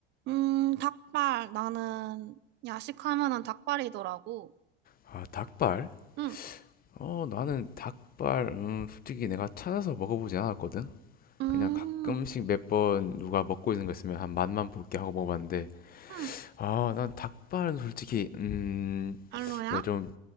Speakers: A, on the right; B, on the left.
A: 음, 닭발. 나는 야식하면은 닭발이더라고.
B: 아, 닭발?
A: 응,
B: 어, 나는 닭발 음, 솔직히 내가 찾아서 먹어보지 않았거든.
A: 음,
B: 그냥 가끔씩 몇 번 누가 먹고 있는 거 있으면 한 맛만 볼게 하고 먹어봤는데
A: 응,
B: 아, 난 닭발은 솔직히 음,
A: 별로야?
B: 이거 좀